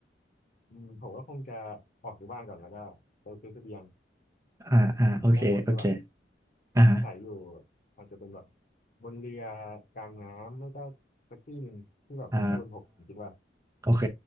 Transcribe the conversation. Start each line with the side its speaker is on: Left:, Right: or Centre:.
Left: อืมผมก็คงจะออกจากบ้านก่อนแล้วก็ไปซื้อเสบียง
Right: อ่าอ่าโอเคโอเค
Left: แล้วก็คงจะแบบ
Right: อ่าฮะ
Left: ขายอยู่อาจจะเป็นแบบบนเรือกลางน้ำไม่ก็สักที่หนึ่งที่แบบไม่ใช่บนบกผมคิดว่า
Right: อ่า โอเค